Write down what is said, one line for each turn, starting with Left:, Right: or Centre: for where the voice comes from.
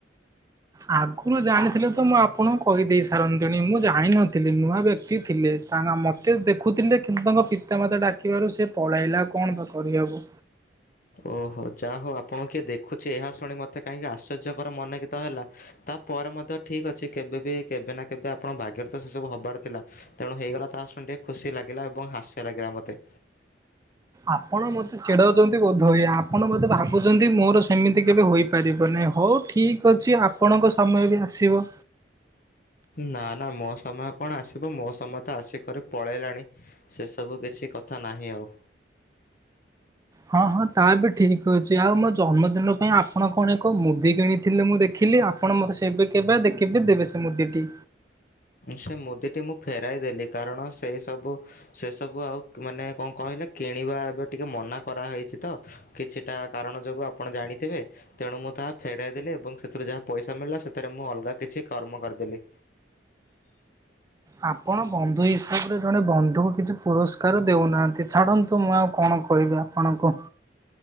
Right: ଆଗରୁ ଜାଣିଥିଲେ ତ ମୁଁ ଆପଣଙ୍କୁ କହିଦେଇ ସାରନ୍ତିଣି ମୁଁ ଜାଣିିନଥିଲି ନୂଆ ବ୍ୟକ୍ତି ଥିଲେ ତା ମୋତେ ଦେଖୁଥିଲେ କିନ୍ତୁ ତାଙ୍କ ପିତାମାତା ଡାକିବାରୁ ସେ ପଳେଇଲେ କଣ ଆଉ କଣ କରିହେବ।
Left: ଓହୋ ଯାହା ହଉ ଆପଣଙ୍କୁ କିଏ ଦେଖୁଚି ଏହା ଶୁଣି ମୋତେ କାହିଁକି ଆଶ୍ଚର୍ଯ୍ୟକର ମନେକର ତ ହେଲା। ତାପରେ ମଧ୍ୟ ଠିକ୍ ଅଛି, କେବେବି କେବେ ନା କେବେ ଆପଣ ଭାଗ୍ୟରେ ତ ସେ ସବୁ ହବାର ଥିଲା। ତେଣୁ ହେଇଗଲା ତା ଶୁଣି ଟିକେ ଖୁସି ଲାଗିଲା ଏବଂ ହାସ୍ୟ ଲାଗିଲା ମତେ।
Right: ଆପଣ ମୋତେ ଚିଡ଼ଉଛନ୍ତି ବୋଧ ହୁଏ, ଆପଣ ମୋତେ ଭାବୁଛନ୍ତି ମୋର ସେମିତି କେବେ ହୋଇପାରିବ ନାହିଁ ହଉ ଠିକ୍ ଅଛି ଆପଣଙ୍କ ସମୟ ବି ଆସିବ।
Left: ନା ନା ମୋ ସମୟ କଣ ଆସିବ ମୋ ସମୟ ତ ଆସିକରି ପଳେଇଲାଣି। ସେ ସବୁ କିଛି କଥା ନାହିଁ ଆଉ।
Right: ହଁ ହଁ ତା ବି ଠିକ୍ ଅଛି, ଆଉ ମୋ ଜନ୍ମଦିନ ପାଇଁ ଆପଣ କଣ ଏକ ମୁଦି କିଣି ଥିଲେ ମୁଁ ଦେଖିଲି, ଆପଣ ମୋତେ ସେବେ କେବେ ଦେ କେବେ ସେ ମୁଦିଟି?
Left: ସେ ମୁଦିଟି ମୁଁ ଫେରାଇ ଦେଲି କାରଣ ସେଇ ସବୁ ସେସବୁ ଆଉ କ୍ ମାନେ କଣ କହିଲେ କିଣିବା ଏବେ ଟିକେ ମନା କରାହେଇଛି ତ? କିଛିଟା କାରଣ ଯୋଗୁ ଆପଣ ଜାଣିଥିବେ। ତେଣୁ ମୁଁ ତାହା ଫେରାଇ ଦେଲି ଏବଂ ସେଥିରୁ ଯାହା ପଇସା ମିଳିଲା ସେଥିରେ ମୁଁ ଅଲଗା କିଛି କର୍ମ କରିଦେଲି।
Right: ଆପଣ ବନ୍ଧୁ ହିସାବରେ ଜଣେ ବନ୍ଧୁକୁ କିଛି ପୁରସ୍କାର ଦେଉନାହାନ୍ତି, ଛାଡ଼ନ୍ତୁ ମୁ ଆଉ କଣ କହିବି ଆଉ। ଆପଣଙ୍କୁ?